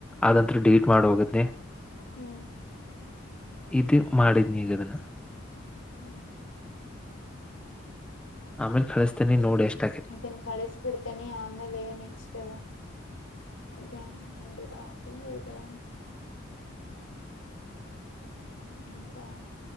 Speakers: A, in the centre; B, on the left.
A: ಅಂತರ ಡಿಲೀಟ್ ಮಾಡ ಹೋಗದ್ನೇ
B: ಹ್ಮ್
A: ಇದು ಮಾಡಿದ ನೀಗ ಅದನ್ನು
B: ಹ್ಞೂ
A: ಆಮೇಲೆ ಕಳಿಸತೇನೆ ನೀ ನೋ ಎಷ್ಟು
B: ಇದನ್ನ ಕಳಿಸ್ಬಿಡ್ತೇನೆ ಆಮೇಲೆ ನೆಕ್ಸ್ಟ್ ಇದಾ ನೋಡಿಿದ ಅ ಹ